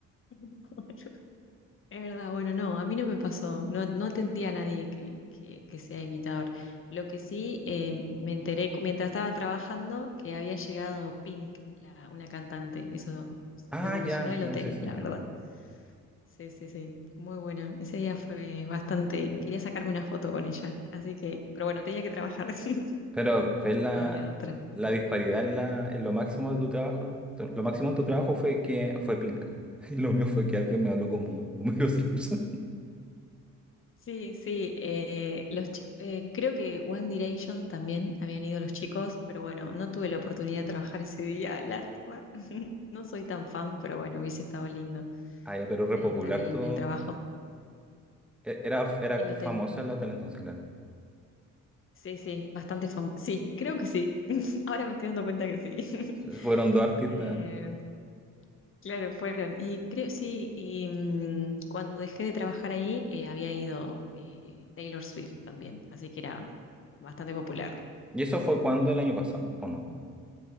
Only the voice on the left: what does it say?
Bueno, Es verdad, bueno, no, a mí no me pasó, no, no atendí a nadie que, que- que sea imitador. Lo que sí eh, me enteré cu- mientras estaba trabajando que había llegado Pink, la, una cantante, eso revolucionó
el
hotel,
la
verdad. Sí, sí, sí, muy buena. Ese día fue bastante, quería sacarme una foto con ella, así que, pero bueno, tenía que trabajar, <laughs>
no había otra.
Sí, sí, eh, los, chi- eh, creo que One Direction también habían ido los chicos, pero bueno, no tuve la oportunidad de trabajar ese día, <laughs> lástima. <laughs> No soy tan fan, pero bueno, hubiese estado lindo
eh, estar ahí
en el trabajo.
El hotel,
sí, sí, bastante famoso. Sí, creo que sí. <laughs> Ahora me estoy dando cuenta que sí. <laughs>
Eh, claro, fueron. Y creo, sí, y mm, cuando dejé de trabajar ahí, eh, había ido eh, Taylor Swift también, así que era bastante popular.